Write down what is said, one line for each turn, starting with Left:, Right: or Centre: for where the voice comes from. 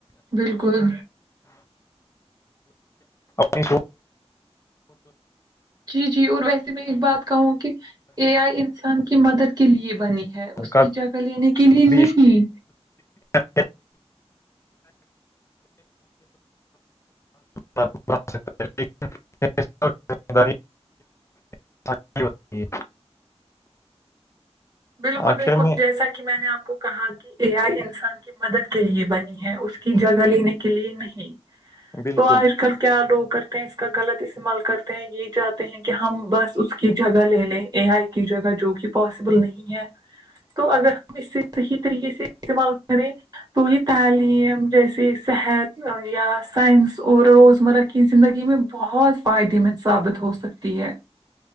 Right: بالکل
Left: س
Right: جی جی اور ویسے میں ایک بات کہوں کہ اے آئی انسان کی مدد کے لیے بنی ہے اس
Left: کا
Right: کی جگہ لینے کے لیے نہیں
Left: بھی استعمال بنا سکتا ہے لیکن اس پر ذمہ داری انسان کی ہوتی ہے
Right: بالکل
Left: آخر
Right: بالکل
Left: میں
Right: جیسا کہ میں نے آپ کو کہاں کی اے آئی انسان کی مدد کے لیے بنی ہے اس کی جگہ لینے کے لیے نہیں
Left: بالکل
Right: تو آج کل کیا لوگ کرتے ہیں اس اس کا غلط استعمال کرتے ہیں یہ جاہتے ہیں کہ ہم بس اس کی جگہ لے لیں یہ ایک ہی جگہ جو کہ پاسیبل نہیں ہے تو اگر ہم اس سے صحیح طریقے سے استعمال کریں تو یہ تعلیم جیسے صحت یا سائنس اور روزمرہ کی زندگی میں بہت فائدے مند ثابت ہو سکتی ہے